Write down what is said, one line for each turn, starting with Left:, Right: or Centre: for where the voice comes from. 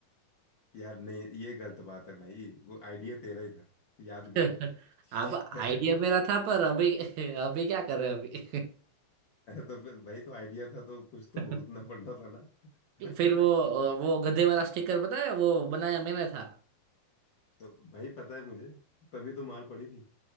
Left: यार नहीं ये गलत बात है भाई वो आइडिया तेरा ही था याद
Right: <laughs> अब
Left: कर
Right: आइडिया
Left: <laughs>
Right: मेरा था पर अभी <laughs> अभी क्या कर रहे हैं
Left: तो फिर भाई तो आइडिया था तो कुछ तो
Right: अभी
Left: भुगतना पड़ना था ना
Right: <laughs> फिर
Left: <laughs>
Right: वो वो गधे वाला स्टिकर पता है वो बनाया मैंने था
Left: तो भाई पता है मुझे तभी तो मार पड़ी थी